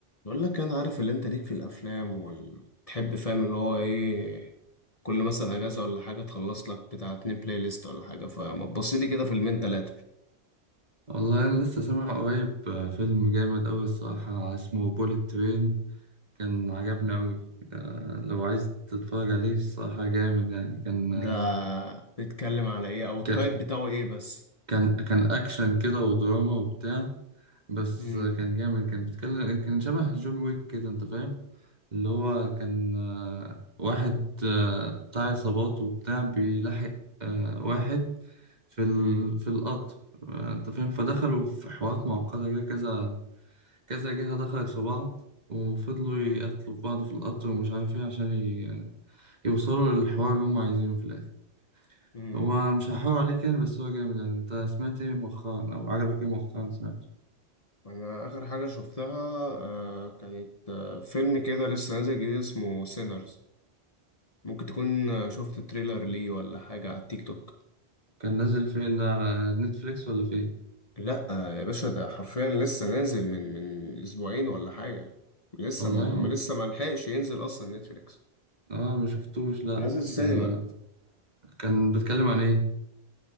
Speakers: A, on the left; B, on the right.
A: بقول لك انا عارف اللي انت ليك في الافلام وال- وتحب فاهم اللي هو ايه كل مثلا اجازه ولا حاجه تخلص لك بتاع اتنين بلاي ليست ولا حاجه فما تبص لي كده فيلمين تلاته
B: والله أنا لسه سامع قريب آه، فيلم جامد أوي الصراحة اسمه بوليت ترين كان عجبني أوي آه، لو عايز تتفرج عليه الصراحة جامد يعني كان
A: ده
B: آه،
A: بيتكلم على ايه او التايب
B: كان
A: بتاعه ايه بس
B: كان كان أكشن كده ودراما وبتاع بس
A: امم
B: آه، كان جامد كان بيتكلم كان شبه جون ويك كده أنت فاهم اللي هو كان آه، واحد آه، بتاع عصابات وبتاع بيلاحق آه، واحد في ال...
A: امم
B: في القطر آه، أنت فاهم فدخلوا في حوارات معقدة كده كذا كذا جهة دخلت في بعض وفضلوا
A: امم
B: يقتلوا في بعض في القطر ومش عارف ايه عشان ي- يوصلوا للحوار اللي هم عايزينه في الآخر
A: امم
B: هو مش هحاول عليك يعني بس هو جامد يعني انت سمعت ايه مؤخرا او عجبك ايه مؤخرا سمعت
A: انا اخر حاجه شفتها آه كانت آه فيلم كده لسه نازل جديد اسمه سينرز ممكن تكون آه، شفت تريلر ليه ولا حاجه على التيك توك
B: كان نازل فين ده على نتفليكس ولا فين
A: لا يا باشا ده حرفيا لسه نازل من من اسبوعين ولا حاجه لسه
B: والله
A: ما هو ما لسه ما لحقش ينزل اصلا نتفليكس
B: اه ما شفتوش لا
A: نازل سينما
B: ده كان بيتكلم عن ايه